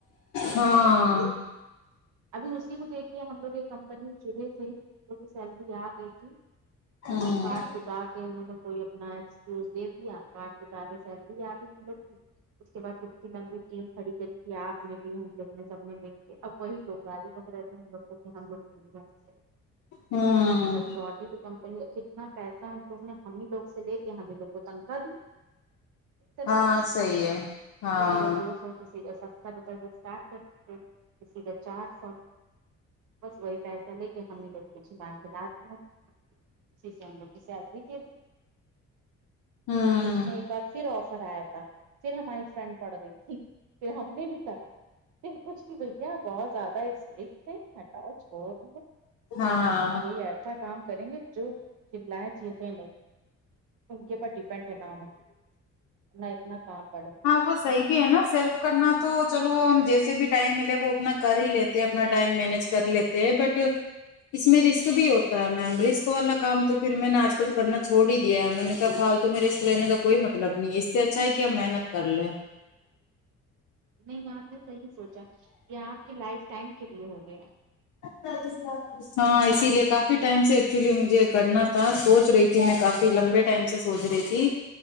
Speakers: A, on the left; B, on the right.
A: ہاں
B: ابھی اسی کو دیکھیے ہم لوگ ایک کمپنی چنی تھی وہ بھی سینوی آیا گئی تھی
A: ہوں
B: مطلب کارڈ ٹٹا کے انہوں نے کوئی اپنا ایکسکیوز دے دیا کڈ توتاارے کہ سیلری اگئی ہم لوگ کی اس کے بعد ٹکی لنگی ٹیم کھڑی کری کی آپ نے بھی ہم لوگ نے سب نہ مل کے اب وہی لوگ گالی بک رہے تھے ہم لوگ کو <unintelligible>
A: ہوں
B: سب فراڈ ہی تو کمپنی ہے کتنا پیسہ تو نے ہم ہی لوگ سے لے کے ہمیں لوگ کو تنکھا دی ا طرح
A: ہاں
B: سے
A: صحیح ہے ہاں
B: کسی کا دوسو اور کسی کا سب تب وتر کے ساٹھ کسی کے چار سو بس وہی پیسے لی <unintelligible> ک ہم نےتو کچھ لاک کے بات اچھی سنبو دلا دیا کی س بھی د
A: ہوں
B: بیچ میں ایک بار پھر آفر آیا تھا پھر ہماری فرینڈ پڑ گئی تھی پھر ہم نے بھی کاٹا پھر کچھ نہیں بئی کیہ بہت زیادہ اسٹیک تھے ہٹاؤ چھوڑو ڈی اے
A: ہاں
B: اپنی کوئی ای اچھا کام کریں گے جو چلائے چیخے نہیں ان کے پر ڈیپینڈ نہ ہو نہ اتنا کام پڑے
A: وہ صحیح بھی ہے نا سیلف کرنا تو چلو وہ ہم جیسے بھی ٹائم ملے وہ اپنا کر ہی لیتے اپنا ٹائم مینج کر لیتے ہیں بٹ اس میں رسک بھی ہوتا ہے میم رسک والا کام تو پھر میں نے آج کرنا چھوڑ ہی دیا ہے میں نے کہ فالتو میں رسک لینے کا کوئی مطلب نہیں ہے اس سے اچھا ہے کہ اب محنت کر لے
B: نہیں آپ نے صحیح سوچا یہ آپ کے لائف ٹائم کے لیے ہو گیا
A: ال ہاں اسی لیے کافی ٹائم سے ایکچولی مجھے کرنا تھا سوچ رہی تھی میں کافی لمبے ٹائم سے سوچ رہی تھی